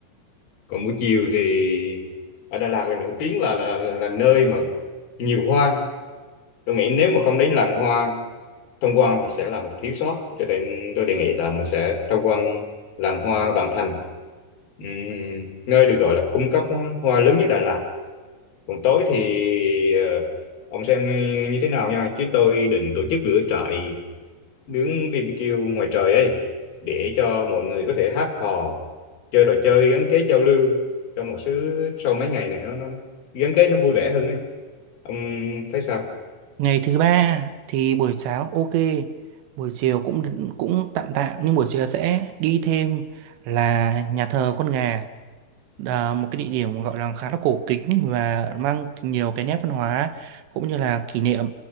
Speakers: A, on the left; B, on the right.
A: còn buổi chiều thì ở Đà Lạt là nổi tiếng là là, là, là nơi mà nhiều hoa tôi nghĩ nếu mà không đến làng hoa tham quan thì sẽ là một thiếu sót cho nên tôi đề nghị là mình sẽ tham quan làng hoa Vạn Thành Ừm, nơi được gọi là cung cấp hoa lớn nhất Đà Lạt còn tối thì ờ, ông xem như thế nào nha chứ tôi định tổ chức lửa trại nướng BBQ ngoài trời ấy để cho mọi người có thể hát hò chơi trò chơi gắn kết giao lưu trong một số sau mấy ngày này nó, nó nó gắn kết nó vui vẻ hơn ấy ông thấy sao
B: ngày thứ ba thì buổi sáng ok buổi chiều cũng cũng tạm tạm nhưng buổi chiều sẽ đi thêm là nhà thờ con gà à, một cái địa điểm gọi là khá là cổ kính và mang nhiều cái nét văn hóa cũng như là kỷ niệm